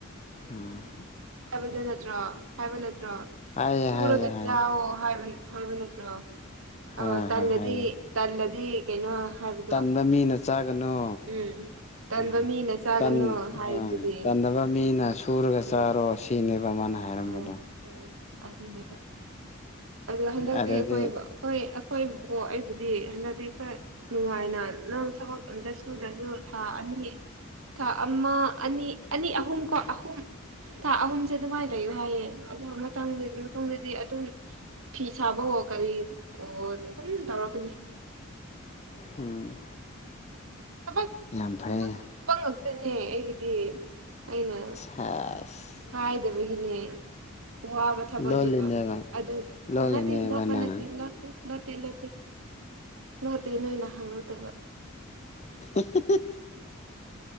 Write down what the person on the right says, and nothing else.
ꯍꯥꯏꯕꯗꯨ ꯅꯠꯇ꯭ꯔꯣ ꯍꯥꯏꯕ ꯅꯠꯇ꯭ꯔꯣ
ꯁꯨꯔꯒ
ꯆꯥꯋꯣ ꯍꯥꯏꯕ ꯍꯥꯏꯕ ꯅꯠ ꯇ꯭ꯔꫭ
ꯑꯣ ꯇꯜꯂꯗꯤ
ꯇꯜꯂꯗꯤ ꯀꯩꯅꯣ ꯍꯥꯏꯕ
ꯎꯝ꯫ ꯇꯟꯕ
ꯃꯤꯅ ꯆꯥꯒꯅꯨ
ꯍꯥꯏꯕꯗꯨꯗꯤ
ꯎꯝ
ꯑꯣ ꯍꯣꯏ ꯑꯗꯨꯅꯦꯕ ꯑꯗꯣ ꯍꯟꯗꯛꯇꯤ
ꯑꯩꯈꯣꯏ ꯍꯣꯏ ꯑꯩꯈꯣꯏꯕꯨꯀꯣ ꯑꯩꯕꯨꯗꯤ ꯍꯟꯗꯛꯇꯤ ꯈꯔ ꯅꯨꯡꯉꯥꯏꯅ ꯅꯪ ꯊꯕꯛ ꯑꯃꯇꯁꯨꯗ꯭ꯔꯁꯨ ꯊꯥ ꯑꯅꯤ ꯊꯥ ꯑꯃ ꯑꯅꯤ ꯑꯅꯤ ꯑꯍꯨꯝ ꯀꯣ ꯑꯍꯨꯝ ꯊꯥ ꯑꯍꯨꯝꯁꯦ ꯑꯗꯨꯃꯥꯏꯅ ꯂꯩꯌꯨ ꯍꯥꯏꯌꯦ ꯑꯗꯨ ꯃꯇꯝ ꯃꯇꯨꯡꯗꯗꯤ ꯑꯗꯨꯝ ꯐꯤ ꯁꯥꯕ ꯑꯣ ꯀꯔꯤ ꯑꯣ ꯑꯗꯨꯝ ꯇꯧꯔꯛꯀꯅꯤ꯫
ꯊꯕꯛ
ꯑꯥꯄꯪ ꯉꯛꯇꯅꯦ ꯑꯩꯒꯤꯗꯤ ꯑꯩꯅ
ꯍꯥꯏꯗꯕꯒꯤꯅꯦ ꯋꯥꯕ ꯊꯕꯛꯅꯕ
ꯑꯗꯨ
ꯅꯠꯇꯦ ꯂꯣꯞꯄ
ꯅꯠꯇꯦ ꯂꫭꯠꯇꯦ ꯂꫭꯠꯇꯦ ꯂꫭꯠꯇꯦ ꯂꫭꯠꯇꯦ ꯅꯣꯏꯅꯥ ꯍꯪꯉꯛꯇꯥꯕ